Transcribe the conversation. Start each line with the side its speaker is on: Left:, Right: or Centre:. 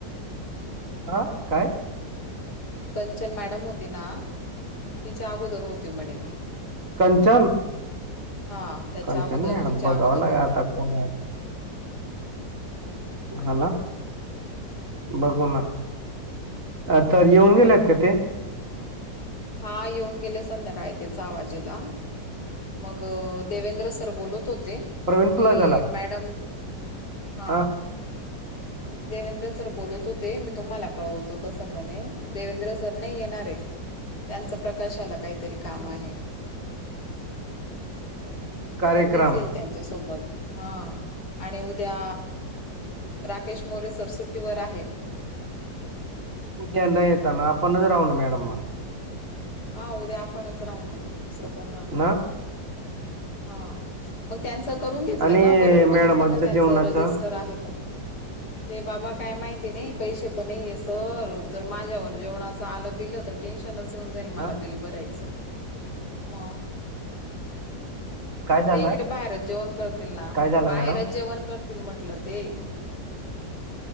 Right: आ काय?
Left: कंचन मॅडम होती ना. तिच्या अगोदर होती म्हणे ती.
Right: कंचन.
Left: हा. त्याच्या
Right: कंचन
Left: अगोदर.
Right: मॅडम
Left: तिच्या
Right: बघावं
Left: अगोदर
Right: लागेल
Left: होती.
Right: आता कोण आहेत.
Left: हम्म.
Right: हा ना. बघू ना. अ तर येऊन गेलेत का ते.
Left: हा येऊन गेले संध्याकाळी ते. सहा वाजेला. मग देवेंद्र सर बोलत होते.
Right: प्रवीण
Left: कि,
Right: प्लाझाला?
Left: मॅडम. हा.
Right: हां,
Left: देवेंद्र सर बोलत होते. मी तुम्हाला कळवतो तसं म्हणे. देवेंद्र सर नाही येणारे. त्यांचं प्रकाशाला काहीतरी काम आहे.
Right: कार्यक्रम
Left: म मीच येईल त्यांन च्या सोबत. हा आणि उद्या केेश मोरे सर सुट्टीवर आहेत.
Right: उद्याला येताना आपणच राहू ना मॅडम मग.
Left: हा उद्या आपणच राहू ना मग, दुसरं कोण राहणार?
Right: ना
Left: हा. मग त्यांच करून घेतलं
Right: आणि
Left: का? बरोबर
Right: मॅडमांच्या
Left: बघितलं का? त्यांच
Right: जेवणाचं?
Left: रजिस्टर आहे का? ते बाबा काय माहिती नही. पैसे तर नाहीये सर, जर माझ्यावर जेवणाचं आलं बिल त टेन्शनच येऊन जाईल
Right: हां,
Left: मला बिल भरायचं. म.
Right: काय झालं?
Left: ते इकडे बाहेरच जेवण करतील ना.
Right: काय झालं
Left: बाहेरच
Right: मॅडम?
Left: जेवण कर तिल म्हटलं ते.